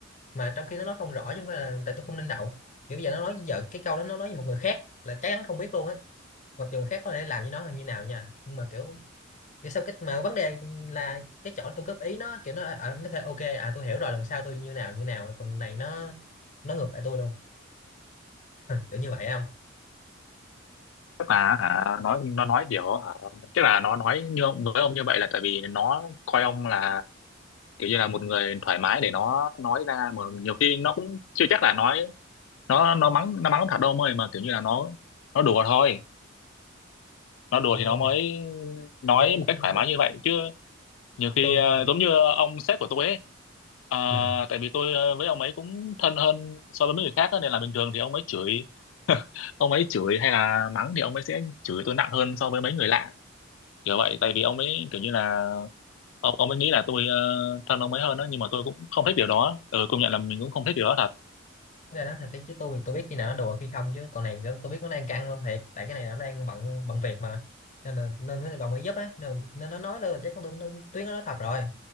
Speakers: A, on the left; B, on the left.
A: mà trong khi nó nói không rõ chứ không phải là tại tôi không linh động kiểu bây giờ nó nói giờ cái câu đó nó nói với một người khác là chắc chắn không biết luôn á mặc dù người khác có thể làm với nó là như nào nha nhưng mà kiểu kiểu sao cái mà vấn đề là cái chỗ tôi góp ý nó kiểu nó à, nó kêu ok à tôi hiểu rồi lần sau tôi như nào như nào còn này nó nó ngược lại tôi luôn kiểu như vậy không
B: tức là hả nói nó nói kiểu hả, tức là nó nói như ông với ông như vậy là tại vì nó coi ông là kiểu như là một người thoải mái để nó nói ra mà nhiều khi nó cũng chưa chắc là nói nó nó mắng nó mắng thật đâu mời mà kiểu như là nó nó đùa thôi nó đùa
A: không
B: thì
A: ông
B: nó
A: ơi
B: mới nói
A: cái
B: một cách thoải
A: lúc
B: mái như vậy chứ nhiều khi
A: tôi
B: ờ, giống như ờ, ông sếp của tôi ấy à,
A: ừ.
B: tại vì tôi ờ, với ông ấy cũng thân hơn so với mấy người khác á, nên là bình thường thì ông ấy chửi <laughs> ông ấy chửi hay là mắng thì ông ấy sẽ chửi tôi nặng hơn so với mấy người lạ kiểu vậy tại vì ông ấy kiểu như là ông ông ấy nghĩ là tôi ờ, thân ông ấy hơn đó nhưng mà tôi cũng không thích điều đó ừ, công nhận là mình cũng không thích điều đó thật
A: cái này nó thật cái chứ tôi thì tôi biết khi nào nó đùa khi không chứ còn này nó- tôi biết nó đang căng luôn thiệt tại cái này nó đang bận bận việc mà nên là nên mới đồng ý giúp á nên, nên nó nói là chắc tôi tôi- nó- tuyến nó nói thật rồi